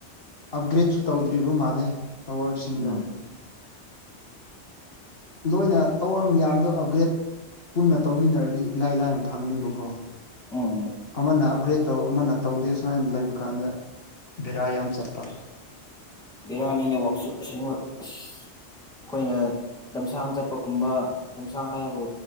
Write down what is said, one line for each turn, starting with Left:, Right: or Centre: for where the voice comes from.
Left: ꯑꯞꯒ꯭ꯔꯦꯗꯁꯨ ꯇꯧꯗ꯭ꯔꯤꯕ ꯃꯥꯜꯂꯦ ꯇꯋꯥꯔꯗꯁꯤꯡꯗꯣ
Centre: ꯎꯝ
Left: ꯂꯣꯏꯅ ꯇꯧꯔ ꯃꯌꯥꯝꯗꯣ ꯑꯞꯒ꯭ꯔꯦꯗ ꯄꯨꯟꯅ ꯇꯧꯃꯤꯟꯅꯔꯗꯤ ꯏꯂꯥꯏ ꯂꯥꯏꯅ ꯐꯪꯅꯤꯕꯀꯣ
Centre: ꯎꯝ
Left: ꯑꯃꯅ ꯑꯞꯒ꯭ꯔꯦꯗ ꯇꯧ ꯑꯃꯅ ꯇꯧꯗꯦ ꯁꯨꯃꯥꯏꯅ ꯂꯩꯕ ꯀꯥꯟꯗ ꯚꯦꯔꯥ ꯌꯥꯝ ꯆꯠꯄ
Centre: ꯕꯤꯔꯥꯅꯤꯅ ꯋꯥꯛꯁꯨ ꯑꯁꯦꯡꯕ ꯑꯁ ꯑꯩꯈꯣꯏꯅ ꯂꯝꯁꯥꯡ ꯆꯠꯄꯒꯨꯝꯕ ꯂꯝꯁꯥꯡ ꯍꯥꯏꯕꯨ